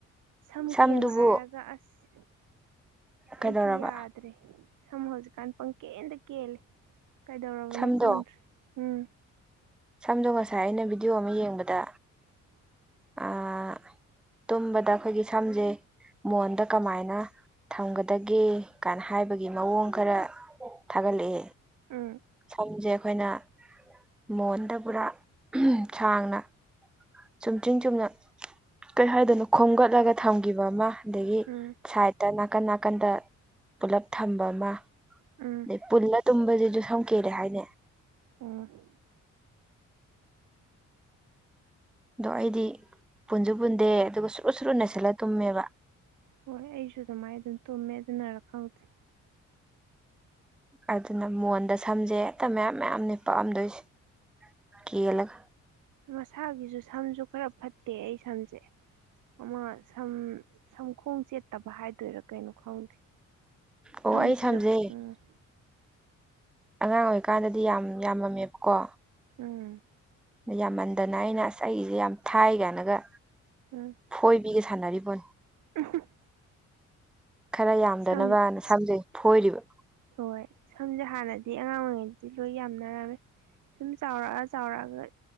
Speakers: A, on the right; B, in the centre.
A: ꯁꯝ
B: ꯁꯝꯗꯨꯕꯨ
A: ꯀꯦꯟꯕ ꯍꯥꯏꯔꯒ ꯑꯁ
B: ꯀꯩꯗꯧꯔꯕ
A: ꯑꯩꯁꯨ ꯌꯥꯗ꯭ꯔꯦ ꯁꯝ ꯍꯧꯖꯤꯛꯀꯥꯟ ꯄꯪꯀꯦꯟꯗ ꯀꯦꯜꯂꯦ ꯀꯩꯗꯧꯔꯕꯅꯣ
B: ꯁꯝꯗꯣ
A: ꯈꯪꯗ꯭ꯔꯦ ꯎꯝ
B: ꯁꯝꯗꯣ ꯉꯁꯥꯏ ꯑꯩꯅ ꯚꯤꯗꯤꯑꯣ ꯑꯃ ꯌꯦꯡꯕꯗ
A: <unintelligible>
B: ꯑꯥ ꯇꯨꯝꯕꯗ ꯑꯩꯈꯣꯏꯒꯤ ꯁꯝꯖꯦ ꯃꯣꯟꯗ ꯀꯃꯥꯏꯅ ꯊꯝꯒꯗꯒꯦ ꯀꯥꯏꯅ ꯍꯥꯏꯕꯒꯤ ꯃꯑꯣꯡ ꯈꯔ ꯊꯥꯒꯠꯂꯛꯑꯦ
A: ꯎꯥ
B: ꯁꯝꯁꯦ ꯑꯩꯈꯣꯏꯅ ꯃꯣꯟꯗ ꯄꯨꯔꯥ ꯁꯥꯡꯅ ꯆꯨꯝꯆꯤꯡ ꯆꯨꯝꯅ ꯀꯔꯤ ꯍꯥꯏꯗꯣꯏꯅꯣ ꯈꯣꯝꯒꯠꯂꯒ ꯊꯝꯈꯤꯕ ꯑꯃ ꯑꯗꯒꯤ
A: ꯎꯝ
B: ꯁꯥꯏꯠ ꯗ ꯅꯥꯀꯟ ꯅꯥꯀꯟꯗ ꯄꯨꯂꯞ ꯊꯝꯕ ꯑꯃ
A: ꯎꯝ
B: ꯑꯗꯩ ꯄꯨꯜꯂ ꯇꯨꯝꯕꯁꯤꯁꯨ ꯁꯝ ꯀꯦꯔꯦ ꯍꯥꯏꯅꯦ
A: ꯎꯝ
B: ꯑꯗꯣ ꯑꯩꯗꯤ ꯄꯨꯟꯁꯨ ꯄꯨꯟꯗꯦ ꯑꯗꯨꯒ ꯁꯨꯔꯨ ꯁꯨꯔꯨ ꯅꯩꯁꯤꯜꯂ ꯇꯨꯝꯃꯦꯕ
A: ꯍꯣꯏ ꯑꯩꯁꯨ ꯑꯗꯨꯃꯥꯏꯅ ꯑꯗꯨꯝ ꯇꯨꯝꯃꯦ ꯑꯗꯨꯅꯔ ꯈꯪꯗꯦ
B: ꯑꯗꯨꯅ ꯃꯣꯟꯗ ꯁꯝꯖꯦ ꯍꯦꯛꯇ ꯃꯌꯥꯝ ꯃꯌꯥꯝꯅꯤ ꯄꯥꯛꯑꯝꯗꯣꯏꯁꯦ ꯀꯦꯜꯂꯒ
A: ꯃꯁꯥꯒꯤꯁꯨ ꯁꯝꯁꯨ ꯈꯔ ꯐꯠꯇꯦ ꯑꯩ ꯁꯝꯁꯦ ꯑꯃ ꯁꯝ ꯁꯝꯈꯣꯡ ꯆꯦꯠꯇꯕ ꯍꯥꯏꯗꯣꯏꯔꯥ ꯀꯩꯅꯣ ꯈꯪꯗꯦ
B: ꯑꯣ
A: ꯁꯝꯁꯤꯁꯨ
B: ꯑꯩ ꯁꯝꯖꯦ
A: ꯎꯝ
B: ꯑꯉꯥꯡ ꯑꯣꯏꯔꯤꯀꯥꯟꯗꯗꯤ ꯌꯥꯝ ꯌꯥꯝꯃꯝꯃꯦꯕꯀꯣ
A: ꯎꯝ
B: ꯌꯥꯝꯃꯟꯗꯅ ꯑꯩꯅ ꯑꯁ ꯑꯩꯁꯦ ꯌꯥꯝ ꯊꯥꯏ ꯀꯥꯏꯅꯒ
A: ꯎꯝ
B: ꯐꯣꯏꯕꯤꯒ ꯁꯥꯟꯅꯔꯤꯕꯣꯟꯅꯤ
A: ꯎ
B: ꯈꯔ ꯌꯥꯝꯗꯅꯕꯅ
A: ꯁꯝ
B: ꯁꯝꯖꯦ ꯐꯣꯏꯔꯤꯕ
A: ꯍꯣꯏ ꯁꯝꯁꯦ ꯍꯥꯟꯅꯗꯤ ꯑꯉꯥꯡ ꯑꯣꯏꯔꯤꯉꯩꯗꯗꯤ ꯂꯣꯏ ꯌꯥꯝꯅꯔꯝꯃꯦ ꯁꯨꯝ ꯆꯥꯎꯔꯛꯑ ꯆꯥꯎꯔꯛꯑꯒ